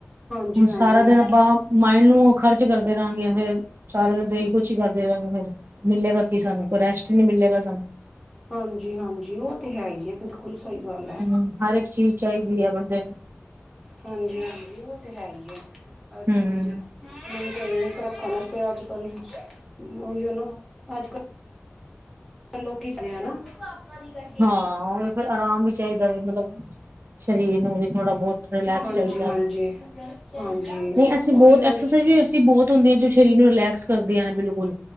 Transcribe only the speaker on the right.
ਹੁਣ
ਸਾਰਾ ਦਿਨ ਆਪਾਂ ਮਾਇੰਡ ਨੂੰ ਖਰਚ ਕਰਦੇ ਰਹਾਂਗੇ ਫੇਰ ਸਾਰਾ ਦਿਨ ਤੇ ਏਹੀ ਕੁਛ ਕਰਦੇ ਰਹਾਂਗੇ ਫਿਰ ਮਿਲੇਗਾ ਕੀ। ਕੀ ਸਾਨੂੰ ਕੋਈ ਰੈਸਟ ਨੀ ਮਿਲੇਗਾ ਸਾਨੂੰ
ਹੂੰ ਹਰ ਇੱਕ ਚੀਜ਼ ਚਾਹੀਦੀ ਹੈ ਬੰਦੇ ਨੂੰ
ਹੂੰ
ਹਾਂ ਫਿਰ ਆਰਾਮ ਵੀ ਚਾਹੀਦਾ ਮਤਲਬ ਸਰੀਰ ਨੂੰ ਵੀ ਥੋੜਾ ਬਹੁਤ ਰਿਲੈਕਸ
ਚਾਹੀਦਾ
ਨਹੀਂ ਅਸੀਂ
ਬਹੁਤ
ਐਕਸਰਸਾਈਜ਼ ਵੀ ਅਸੀਂ ਬਹੁਤ ਹੁੰਦੀ ਹੈ ਜੋ ਸਰੀਰ ਨੂੰ ਰਿਲੈਕਸ ਕਰਦੀਆਂ ਨੇ ਬਿਲਕੁਲ।